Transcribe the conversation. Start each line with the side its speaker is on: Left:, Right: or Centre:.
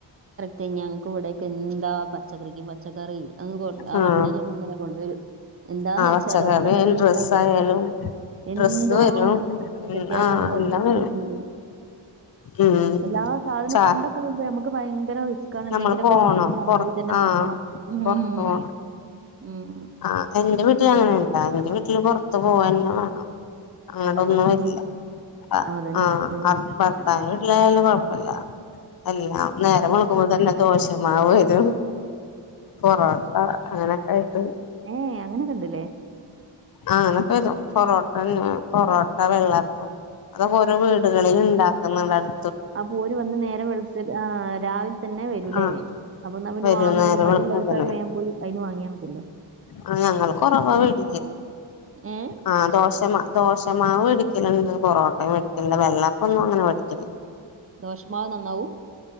Right: പ ഞങ്ങൾക്ക് ഇവിടൊക്കെ ന്താ, പച്ചക്കറിക്ക് പച്ചക്കറി അ കൊ ആ
Left: ആഹ്
Right: വണ്ടിലിങ്ങനെ കൊണ്ടുവരും. എന്താന്ന്
Left: ആ
Right: വെച്ചാല്
Left: പച്ചക്കറി
Right: അടുത്തടുത്ത് വീട്
Left: ഡ്രസ്സ്
Right: ണ്ടായില്ലേ?
Left: ആയാലും
Right: എന്തുവാവോ
Left: ഡ്രസ്സ് വരും ഉം
Right: ചെട്ടിയാര്
Left: ആഹ്
Right: വന്ന് <unintelligible>
Left: എല്ലാം വരും ഉം
Right: എല്ലാ സാധനം
Left: ചാ
Right: പണ്ടൊക്കെ ണ്ട്മ ഭയങ്കര റിസ്ക്കാണ്
Left: നമ്മള്
Right: എന്തെങ്കിലൊക്കെ
Left: പോണം
Right: വാങ്ങണെങ്കി
Left: പൊറ
Right: അങ്ങാടി തന്നെ
Left: ആഹ്
Right: പോണം. ഉം.
Left: പൊറത്ത് പോണം
Right: ഉം
Left: ആഹ് എന്റെ വീട്ടില് അങ്ങനെണ് ട്ടാ. എന്റെ വീട്ടില് പുറത്ത് പോവന്നെ വേണം. അങ്ങടൊന്നും
Right: ആ പുറത്തു
Left: വരില്ല.
Right: പോയി
Left: ആ
Right: അതന്നെ പുറത്തു പോയി
Left: ആ
Right: കളി-
Left: ഭർത്താവിന്റെ
Right: ഉം.
Left: വീട്ടിലയാല് ല്ല. എല്ലാം നേരം വെളുക്കുമ്പോ തന്നെ ദോഷമാവ്‌ വരും. പൊറോട്ട അങ്ങനെയൊക്കെ ആയിട്ട്.
Right: ഏയ്! അങ്ങനെക്കെ ണ്ട്ലേ?
Left: ആ അങ്ങനൊക്കെ വരും. പൊറോട്ടന്നെ പൊറോട്ട വെള്ളപ്പം അതൊക്കെഓരോ വീടുകളിൽ ണ്ടാക്കുന്നതാണ്.
Right: ആ പോര് വന്ന് നേരം വെളുത്ത് ആ രാവിലെ തന്നെ വരൂലേ?
Left: ആഹ്
Right: അപ്പൊ ന്നാ പിന്നെ
Left: വരും
Right: വാങ്ങേണ്ട
Left: നേരം
Right: ല്ലോ മ
Left: വെളുക്കുമ്പോ
Right: ള്ളവർക്കാണ്
Left: തന്നെ
Right: വേപോയി അയിന്ന്‌ വാങ്ങിയാ മതില്ലേ?
Left: ആ ഞങ്ങള് കൊറവാ വീട്ട
Right: ഏഹ്
Left: ആ ദോശമ ദോശമാവ് എട്ക്കലുണ്ട്. പൊറോട്ട മേടിക്കും, വെള്ളപ്പൊന്നും അങ്ങനെ മേടിക്കില്ല.
Right: ദോഷമാവ് നന്നാവും?